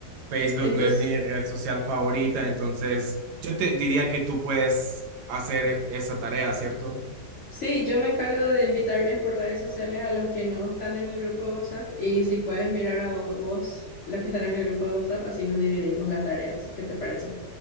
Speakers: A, on the right; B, on the left.
A: Facebook
B: Entonces...
A: no es mi red social favorita, entonces yo te diría que tú puedes hacer esa tarea, ¿cierto?
B: Sí, yo me encargo de invitarles por redes sociales a los que no están en el grupo de WhatsApp y si puedes mirar a vo- vos los que están en el grupo de WhatsApp, así nos dividimos las tareas. ¿Qué te parece?